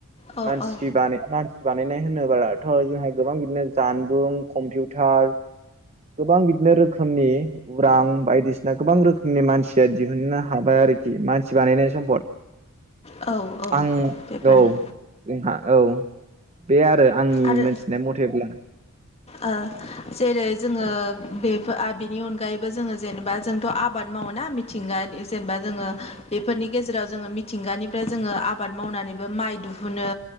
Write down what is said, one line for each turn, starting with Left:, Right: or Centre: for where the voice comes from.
Left: औ
Right: मानसि
Left: औ
Right: बानाय बानायनाय होनोब्लाथ' जोंहा गोबां बिदिनो जानबुं, कम्पिउटार, गोबां बिदिनो रोखोमनि उरां बायदिसिना गोबां रोखोमनि मानसिया दिहुननो हाबाय आरोखि मानसि बानायनाय सम्फद
Left: औ औ
Right: आं
Left: बेफोरनो
Right: औ जोंहा औ बे आरो आंनि
Left: आरो
Right: मोनथिनाय मथेब्ला
Left: ओ जेरै जोङो
Right: औ
Left: बे बिनि अनगायैबो जोङो जेनेबा जोंथ' आबाद मावोना मिथिंगानि जेनेबा जोङो बेफोरनि गेजेराव जोङो मिथिंगानिफ्राय जोङो आबाद मावनानैबो माइ दिहुनो